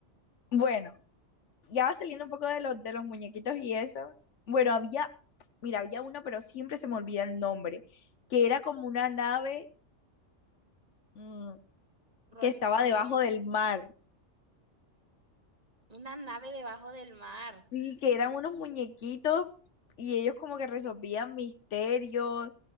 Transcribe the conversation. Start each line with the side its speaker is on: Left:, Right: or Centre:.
Left: bueno, ya va saliendo un poco de los, de los muñequitos y esos. Bueno, había, mira, había uno, pero siempre se me olvida el nombre, que era como una nave, mm,
Right: Rolly
Left: que estaba debajo
Right: Polly.
Left: del mar.
Right: Una nave debajo del mar.
Left: Sí, que eran unos muñequitos y ellos como que resolvían misterios,